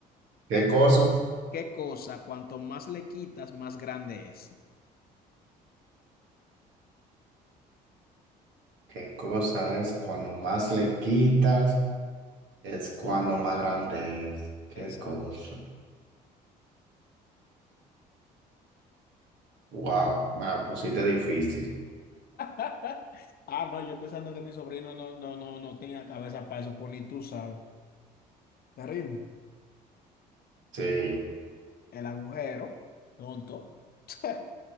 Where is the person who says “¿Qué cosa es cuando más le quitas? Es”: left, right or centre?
Right